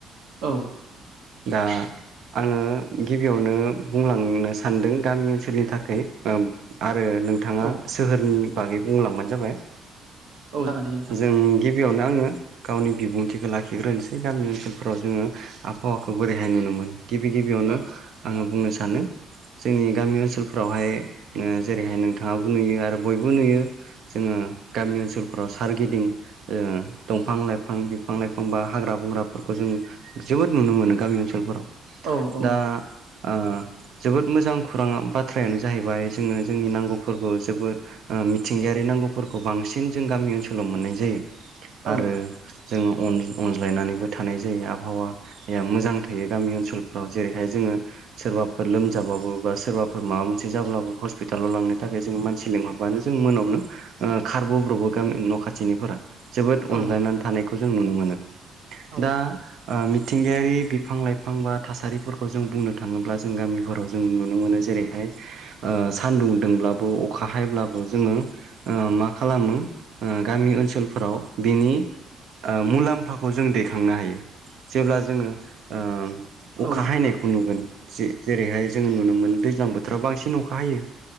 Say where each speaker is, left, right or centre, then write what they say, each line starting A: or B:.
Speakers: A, on the right (about 80°); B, on the right (about 50°).
A: औ
B: दा आनङो गिबियावनो बुंलांनो सानदों गामि ओनसोलनि थाखाय आरो नोंथांङा
A: औ
B: सोहोरनि बागै बुंलांबानो जाबाय
A: औ नोंथां
B: जों गिबियावनो आनङो गावनि बिबुंथिखौ लाखिग्रोनोसै गामि ओनसोलफोराव जोंङो आबहावाखौ बोरैहाय नुनो मोनो गिबि गिबियावनो
A: औ
B: आंङो बुंनो सानो जोंनि गामि ओनसोलफोरावहाय जेरैहाय नोंथांङाबो नुयो आरो बयबो नुयो। जोंङो गामि ओनसोलफोराव सारगिदिं ओ दंफां लाइफां बिफां लाइफां बा हाग्रा बंग्राफोरखौ जों जोबोद नुनो मोनो गामि ओनसोलफोराव
A: औ औ
B: दा ओ जोबोद मोजां खौरां बाथ्रायानो जाहैबाय जोंङो जोंनि नांगौफोरखौ जोबोद ओ मिथिंगायारि नांगौफोरखौ बांसिन जों गामि ओनसोलाव मोननाय जायो
A: औ
B: आरो जोंङो अनज्लायनानैबो थानाय जायो आबहावा मोजां थायो गामि ओनसोलफोराव जेरैहाय जोंङो सोरबाफोर लोमजाबाबो बा सोरबाफोर माबा मोनसे जाब्लाबो हस्पिटालाव लांनो थाखाय जोंङो मानसि लिंहर जों मोनावनो ओ खारबोब्र'बो गामि न' खाथिनिफोरा जोबोद अनज्लायनानै
A: औ
B: थानायखौ जों नुनो मोनो
A: औ
B: दा ओ मिथिंगायारि बिफां लाइफां बा थासारिफोरखौ जों बुंनो थांङोब्ला जों गामिफोराव जों नुनो मोनो जेरैहाय ओ सान्दुं दोंब्लाबो अखा हायब्लाबो जोंङो मा खालामो गामि ओनसोलफोराव बिनि ओ मुलाम्फाखौ जों दैखांनो हायो जेब्ला जोंङो ओ अखा
A: औ
B: हायनायखौ नुगोन जेरैहाय जोंङो नुनो मोनो दैज्लां बोथोराव बांसिन अखा हायो